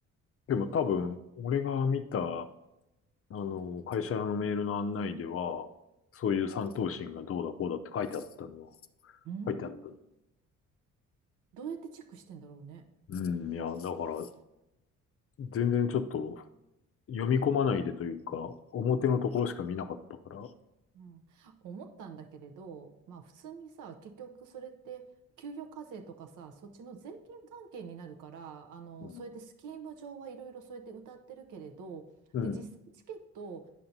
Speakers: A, on the left (about 50°); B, on the right (about 80°).
A: でも多分、俺が見た、あの、会社のメールの案内では、そういう三等身がどうだこうだって書いてあったのは、
B: うーん。
A: 書いてあったの。
B: どうやってチェックしてんだろうね。
A: うん、いや、だから、全然ちょっと読み込まないでというか、表のところしか見なかったから、
B: うん。思ったんだけれど、まあ普通にさ、結局それって給与課税とかさ、そっちの税金関係になるから、あの、
A: うん
B: そうやってスキーム上はいろいろそうやって歌ってるけれど、
A: うん、
B: で、実際チケット、